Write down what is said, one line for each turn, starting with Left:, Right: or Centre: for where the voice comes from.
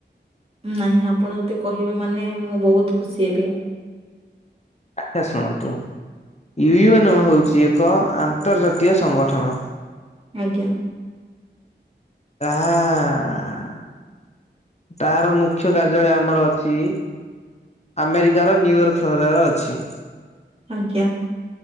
Right: ନାହିଁ ଆପଣ ଯଦି କହିବେ ମାନେ ମୁଁ ବୋହୁତ ଖୁସି ହେବି।
Left: ଆଚ୍ଛା ଶୁଣନ୍ତୁ, ୟୁଏନଓ ହୋଉଛି ଏକ ଆନ୍ତର୍ଜାତୀୟ ସଂଗଠନ।
Right: ଆଜ୍ଞା।
Left: କା- ହା - ଆ। ତାର ମୁଖ୍ୟ କାର୍ଯ୍ୟାଳୟ ଆମର ଅଛି। ଆମେରିକାର ନ୍ୟୁୟର୍କ ସହରରେ ଅଛି।
Right: ଆଜ୍ଞା।